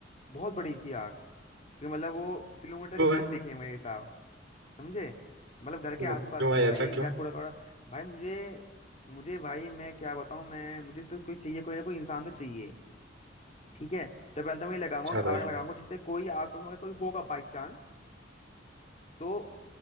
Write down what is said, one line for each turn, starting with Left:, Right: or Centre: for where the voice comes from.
Left: बहुत बड़ी सी आग कि मतलब वो किलोमीटर
Right: क्यों
Left: के
Right: भाई
Left: तक दिखे मेरे हिसाब समझे मतलब घर के
Right: क्यों
Left: आसपास
Right: क्यों भाई
Left: ही कहीं
Right: ऐसा क्यों
Left: जा कूड़ा कूड़ा भाई मुझे मुझे भाई मैं क्या बताऊं मैं मुझे तो कोई चाहिए कोई ना कोई इंसान तो चाहिए ठीक है तो पहले तो मैं ये लगाऊंगा
Right: अच्छा
Left: कि
Right: भाई
Left: आग लगाऊंगा जिससे कोई आसपास में अगर कोई होगा बाई चांस तो